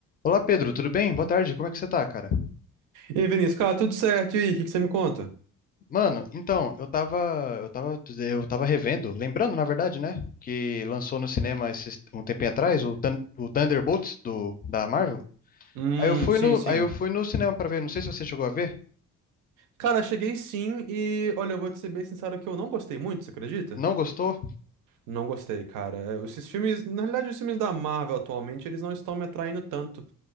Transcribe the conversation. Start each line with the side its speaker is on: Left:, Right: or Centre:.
Left: Olá Pedro, tudo bem? Boa tarde, como é que você tá, cara?
Right: E aí, Vinícius, cara, tudo certo? E aí, o que que você me conta?
Left: Mano, então, eu tava, eu tava, eu tava revendo, lembrando, na verdade, né, que lançou no cinema esses- um tempinho atrás o, Thun- o Thunderbolts do, da Marvel.
Right: Hum,
Left: Aí eu fui
Right: sim,
Left: no,
Right: sim.
Left: aí eu fui no cinema pra ver, não sei se você chegou a ver,
Right: Cara, cheguei sim e, olha, eu vou te ser bem sincero que eu não gostei muito, você acredita?
Left: não gostou?
Right: Não gostei, cara. É, Esses filmes, na realidade, os filmes da Marvel atualmente, eles não estão me atraindo tanto.